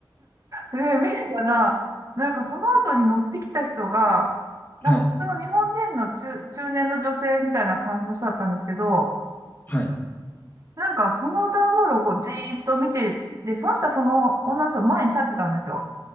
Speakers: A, on the right (about 40°); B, on the left (about 25°).
A: で、見てたら、なんかその後に乗ってきた人が、なんか僕の日本人の中、
B: はい。
A: 中年の女性みたいな感じの人だったんですけど、
B: はい。
A: なんかその段ボールをこうじーっと見て、で、その人はその女の人の前に立ってたんですよ。